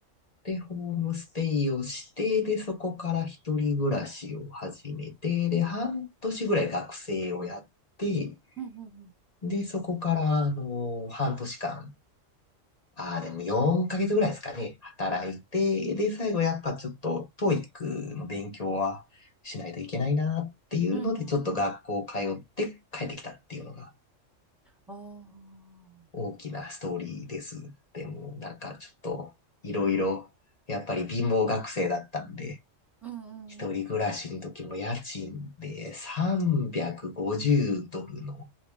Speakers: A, on the left; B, in the centre.
A: で、ホームステイをして、で、そこから一人暮らしを始めて、で、半年ぐらい学生をやって、
B: うんうんうん。
A: で、そこから、あの、半年間ああ、でも4ヶ月ぐらいですかね。働いて、で、最後やっぱちょっと TOEIC の勉強はしないといけないなっていうので、
B: うんうん
A: ちょっと学校通って帰ってきたっていうのが
B: ああ、
A: 大きなストーリーです。でもなんかちょっといろいろ、やっぱり貧乏学生だったんで、
B: うん
A: 一人暮らしの時も家賃で350ドルの
B: うんうん。